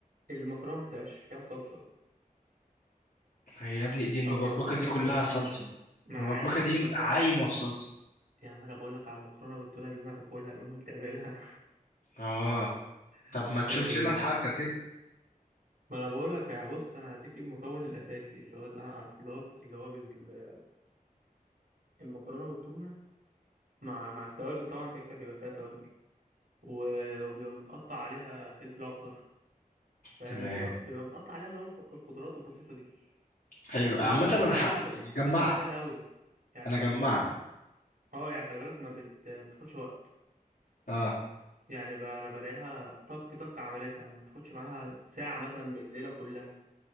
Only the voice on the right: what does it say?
المكرونه ما بتبقاش فيها صلصه
او بيبقى فيها
صلصه
بسيطه
ما
انا عارف ما
بقول لك بقى
يا عم انا بقول لك على المكرونه بالتونه اللي انا باكلها اللي امي بتعملها
<laughs>
ال...
ما انا بقول لك يا بص انا هديك المكون الاساسي اللي هو اللي انا عارفه اللي هو اللي هو بال- المكرونه والتونه مع مع التوابل طبعا كده كده بيبقى فيها توابل و... وبيبقى متقطع عليها فلفل اخضر فاهم
بيبقى, بيبقى متقطع عليها اللي هو الخ- الخضروات البسيطه دي
وبتحطهم
بقى يا باشا
وخلي
بالك سهله قوي يعني
اه يعني خلي بالك ما بت... بتاخدش وقت
يعني ب... انا بلاقيها طق طق عملتها ما بتاخدش معاها ساعة مثلا بالليلة كلها